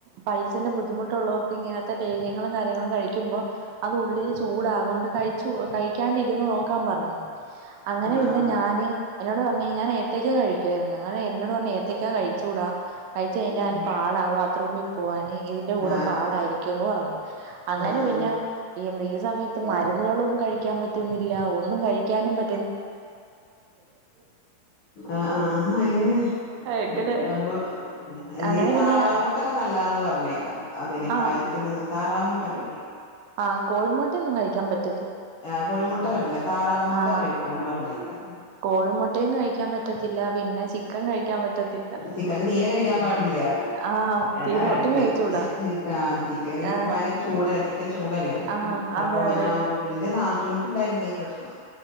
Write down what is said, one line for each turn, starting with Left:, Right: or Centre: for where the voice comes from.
Right: പയൽസിന്റെ ബുദ്ധിമുട്ടുള്ളവർക്ക് ഇങ്ങനത്തെ ലൈര്യങ്ങളും കാര്യങ്ങളും കഴിക്കുമ്പോ അത് ഉള്ളില് ചൂടാ അതുകൊണ്ട് കഴിച്ചു കഴിക്കാണ്ടിരുന്ന് നോക്കാൻ പറഞ്ഞു അങ്ങനെ
Left: ആഹ്
Right: പിന്നെ
Left: ആഹ് ആഹ്
Right: ഞാന് എന്നോട് പറഞ്ഞ് ഞാൻ ഏത്തക്കാ കഴിക്കുായിരുന്നു അങ്ങനെ എന്നോട് പറഞ് ഏത്തക്കാ കയ്ച്ചുടാ കഴിച് കഴിഞ്ഞാൽ
Left: ഉം
Right: പാടാ ബാത്റൂമിൽ പോകാന് ഇതിന്റെ കൂടെ
Left: ആഹ്
Right: പാടായിരിക്കുംന്ന് പറഞ്ഞു അങ്ങനെ
Left: ആഹ് ആഹ്
Right: പിന്നെ എന്താ ഈ സമയത്ത് മരുന്നുകളും കഴിക്കാൻ പറ്റുന്നില്ല ഒന്നും കഴിക്കാനും പ
Left: ആഹ് ആഹ്
Right: എങ്ങനെ
Left: അ അപ്പൊഇ
Right: അങ്ങനെ
Left: താറാവ്
Right: പിന്നെ
Left: മുട്ടൊക്കെ നല്ലതാന്ന് പറഞ്ഞേക്കാം അതിന്
Right: ആ
Left: പയിൽസിന്. താറമുട്ട കഴിക്കും.
Right: ആഹ് കോഴിമുട്ട ഒന്നും കഴിക്കാൻ പറ്റ
Left: ആഹ് കോഴിമുട്ട പറ്റില്ല താറാവ് മുട്ട
Right: ആ
Left: കഴിക്കാന്ന് പറഞ്ഞേക്കാം.
Right: കോഴിമുട്ടയും കഴിക്കാൻ പറ്റത്തില്ല പിന്നെ ചിക്കൻ കഴിക്കാൻ പറ്റത്തില്ല
Left: ചിക്കൻ തീരെ കഴിക്കാൻ പാടില്ല.
Right: ആഹ്
Left: അതാടുപ്പ
Right: തീരെ ഒട്ടും കഴിച്ചൂടാ
Left: ആഹ് ചിക്കൻ
Right: ആഹ്
Left: ഭയങ്കര ചൂടല്ല ചി ക്കെ ചൂടല്ലേ
Right: ആഹ്
Left: അപ്പൊ
Right: അതെ
Left: അങ്ങനെ
Right: അതെ
Left: ആകുമ്പോ ന്റെ നാത്തുന്ക്ക് ഇണ്ടായിരുന്നു ഈ പ്രശ്നം.